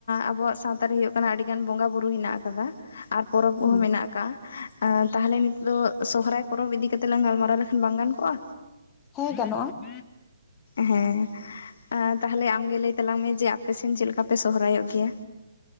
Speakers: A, on the left; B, on the left.
A: ᱟᱵᱚᱣᱟᱜ ᱥᱟᱶᱛᱟᱨᱮ ᱦᱩᱭᱩᱜ ᱠᱟᱱᱟ ᱟᱹᱰᱤᱜᱟᱱ ᱵᱚᱸᱜᱟ ᱵᱩᱨᱩ ᱦᱮᱱᱟᱜ ᱟᱠᱟᱫᱟ ᱾ ᱟᱨ ᱯᱚᱨᱚᱵᱽ
B: ᱦᱮᱸ
A: ᱠᱚᱦᱚᱸ ᱢᱮᱱᱟᱜ-ᱟ ᱾ ᱛᱟᱦᱚᱞᱮ ᱱᱤᱛᱚᱜ ᱫᱚ ᱥᱚᱦᱚᱨᱟᱭ ᱯᱚᱨᱚᱵᱽ ᱤᱫᱤ ᱠᱟᱛᱮᱜ ᱞᱟᱝ ᱜᱟᱞᱢᱟᱨᱟᱣ ᱞᱮᱠᱷᱟᱱ ᱵᱟᱝ ᱜᱟᱱ ᱠᱚᱜᱼᱟ?
B: ᱦᱮᱸ ᱜᱟᱱᱚᱜᱼᱟ ᱾
A: ᱦᱮᱸ ᱟ ᱛᱟᱦᱚᱞᱮ ᱟᱢᱜᱮ ᱞᱟᱹᱭ ᱛᱟᱞᱟᱝ ᱢᱮ ᱡᱮ ᱟᱯᱮᱥᱮᱱ ᱪᱮᱫ ᱞᱮᱠᱟ ᱯᱮ ᱥᱚᱦᱨᱟᱭᱚᱜ ᱜᱮᱭᱟ?